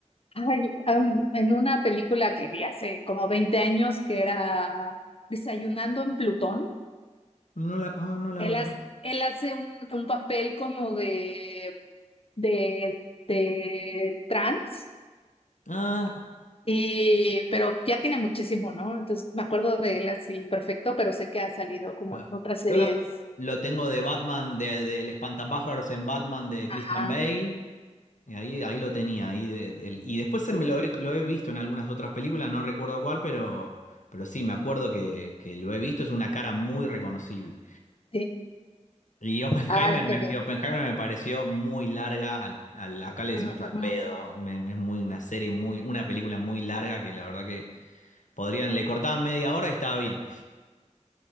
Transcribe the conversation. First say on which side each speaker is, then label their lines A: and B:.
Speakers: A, on the left; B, on the left.
A: ay, am- en una película que vi hace como 20 años que era Desayunando en Plutón.
B: No la, ah, no la
A: Él,
B: ve-
A: haz- él hace un, un papel como de, de, de trans,
B: Ah,
A: y, pero ya tiene muchísimo, ¿no? Entonces me acuerdo de él así perfecto, pero sé que ha salido como
B: claro.
A: en otras series.
B: yo lo, lo tengo de Batman, de, del Espantapájaros en Batman de
A: Ajá,
B: Christian Bale. Y Ahí, ahí lo tenía. Ahí de- del- y después se
A: sí.
B: me lo he, lo he visto en algunas otras películas, no recuerdo cuál, pero, pero sí, me acuerdo que, que lo he visto, es una cara muy reconocible.
A: Sí.
B: Y Oppenheimer
A: Ay, qué
B: me, y Oppenheimer me pareció muy larga, al, al- acá le decimos
A: bien.
B: al pedo, me- es muy una serie, muy, una película muy larga que la verdad que podrían, le cortaban media hora y estaba bien.